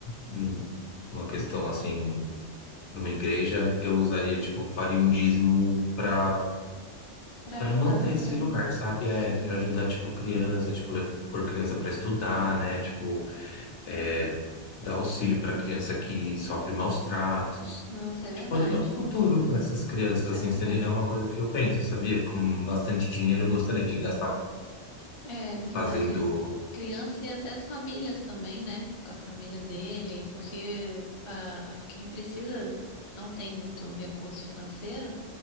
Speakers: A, on the left; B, on the left.
A: um- uma questão assim, numa igreja, eu usaria, tipo, faria um dízimo para
B: Para
A: Pra
B: ajudar,
A: manter esse
B: né?
A: lugar, sabe?
B: Sim.
A: É para ajudar, tipo, criança, tipo, lev- pôr criança pra estudar, né? Tipo, é, dar auxílio pra criança que sofre maus tratos.
B: Nossa, é verdade.
A: Tipo, poder dar um futuro pra essas crianças,
B: Isso
A: assim,
B: é verdade.
A: seria, é uma coisa que eu penso, sabia? Com bastante dinheiro eu gostaria de gastar
B: É verdade.
A: fazendo,
B: Criança e até as famílias também, né? Com a família dele, porque ah, quem precisa não tem muito recurso financeiro,